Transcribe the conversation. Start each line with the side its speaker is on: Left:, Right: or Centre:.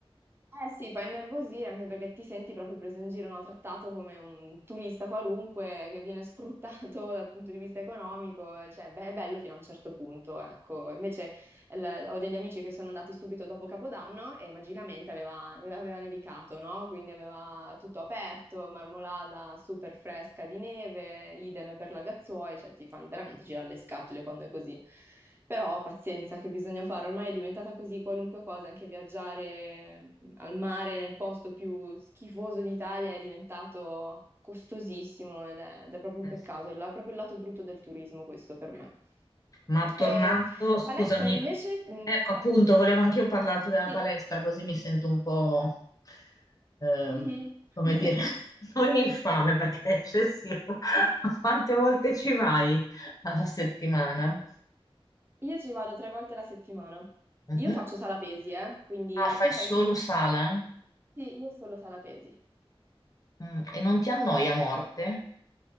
Right: Eh sì, fa innervosire anche perché ti senti proprio preso in giro, no? Trattato come un turista qualunque che viene sfruttato <laughs> dal punto di vista economico, cioè beh, è bello fino a un certo punto, ecco. Invece l- ho degli amici che sono andati subito dopo Capodanno e magicamente aveva, aveva nevicato, no? Quindi aveva tutto aperto, marmolada super fresca di neve, idem per la Gazzuoi, cioè ti fanno veramente girare le scatole quando è così. Però pazienza che bisogna fare, ormai è diventata così qualunque cosa, anche viaggiare al mare nel posto più schifoso d'Italia è diventato costosissimo ed è, ed è proprio
Left: Eh
Right: un peccato,
Left: sì.
Right: è la- proprio il lato brutto del turismo questo per me.
Left: Ma tornando,
Right: Eh,
Left: scusami,
Right: palestra invece, mm,
Left: ecco
Right: fa-
Left: appunto, volevo anch'io parlarti della
Right: sì,
Left: palestra, così mi sento un po', eh,
Right: mhm.
Left: come
Right: <laughs>
Left: dire, <laughs> non infame perché è eccessivo. <laughs> Quante volte ci vai alla settimana?
Right: Io ci vado tre volte alla settimana.
Left: Mhm.
Right: Io faccio sala pesi, eh, quindi
Left: Ah,
Right: no,
Left: fai
Right: tu fai
Left: solo
Right: co-
Left: sala?
Right: sala- Sì, io solo sala pesi.
Left: Mm, E non ti annoia a morte?